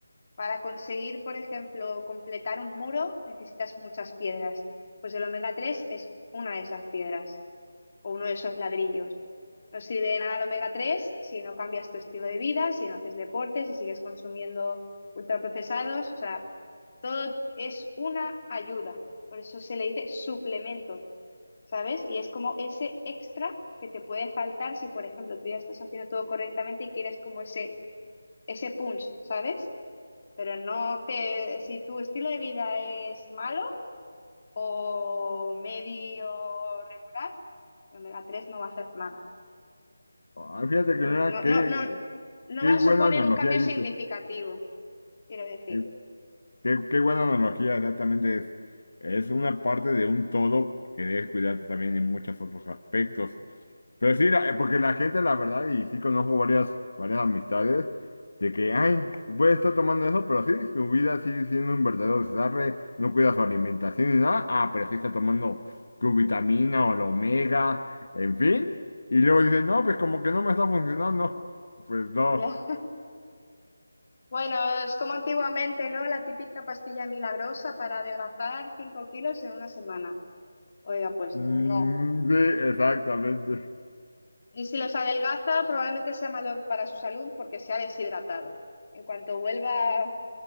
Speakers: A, on the left; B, on the left.
A: para conseguir, por ejemplo, completar un muro necesitas muchas piedras. Pues el omega 3 es una de esas piedras o uno de esos ladrillos. No sirve de nada el omega 3 si no cambias tu estilo de vida, si no haces deporte, si sigues consumiendo ultraprocesados. O sea, todo es una ayuda. Por eso se le dice suplemento. ¿sabes? Y es como ese extra que te puede faltar si, por ejemplo, tú ya estás haciendo todo correctamente y quieres como ese, ese punch, ¿sabes? Pero no te, si tu estilo de vida es malo o medio, re- omega 3 no va a hacer nada.
B: Ay, fíjate
A: No,
B: que mira, qué,
A: no, no, no
B: qué
A: va
B: buena
A: a suponer
B: analogía
A: un cambio
B: dices.
A: significativo, quiero decir.
B: Qué, qué- qué buena analogía, exactamente. Es, es una parte de un todo que debes cuidarte también en muchos otros aspectos. Pero sí, la- eh, porque la gente, la verdad, y sí conozco varias, varias amistades, de que, ay, puede estar tomando eso, pero sí, su vida sigue siendo un verdadero desastre, no cuida su alimentación ni nada, ah, pero sí está tomando su vitamina o la omega, en fin. Y luego dicen, no, pues como que no me está funcionando. <laughs> Pues no.
A: Ya. <laughs> Bueno, es como antiguamente, ¿no? La típica pastilla milagrosa para adelgazar 5 kilos en una semana. Oiga, pues
B: Mm,
A: no.
B: sí, exactamente.
A: Y si los adelgaza, probablemente sea malo para su salud porque se ha deshidratado. En cuanto vuelva